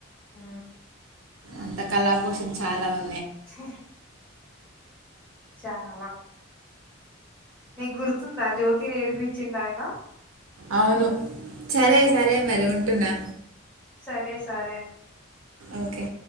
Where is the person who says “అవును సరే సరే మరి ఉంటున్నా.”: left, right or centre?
Right